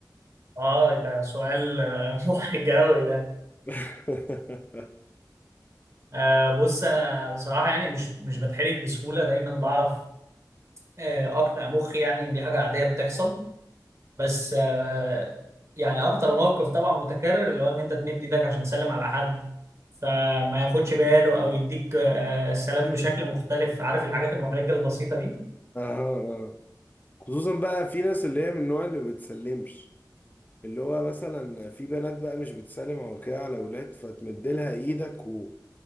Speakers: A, on the right; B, on the left.
A: اه ده سؤال آه، <laughs> محرج قوي ده
B: <laughs>
A: آه بص انا بصراحة يعني مش مش بتحرج بسهولة دايما بعرف آه اقنع مخي يعني ان دي حاجة عادية بتحصل بس آه يعني اكتر موقف طبعا متكرر اللي هو ان انت تمد ايدك عشان تسلم على حد فما ياخدش باله او يديك آه السلام بشكل مختلف عارف الحاجات المحرجة البسيطة دي
B: أها أه. خصوصا بقى في ناس اللي هي من النوع اللي بتسلمش اللي هو مثلا في بنات بقى مش بتسلم او كده على اولاد فتمدلها ايدك و...